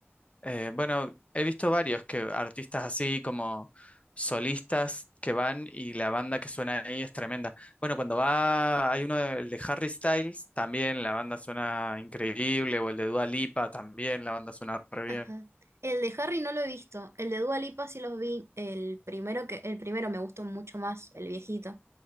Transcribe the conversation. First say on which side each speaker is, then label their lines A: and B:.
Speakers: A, on the left; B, on the right.
A: Eh, bueno, he visto varios que artistas así como solistas que van y la banda que suena ahí es tremenda. Bueno, cuando va, hay uno de, el de Harry Styles, también la banda suena increíble, o el de Dua Lipa, también la banda suena re bien.
B: Ajá. El de Harry no lo he visto. El de Dua Lipa sí los vi. El primero que, el primero me gustó mucho más, el viejito.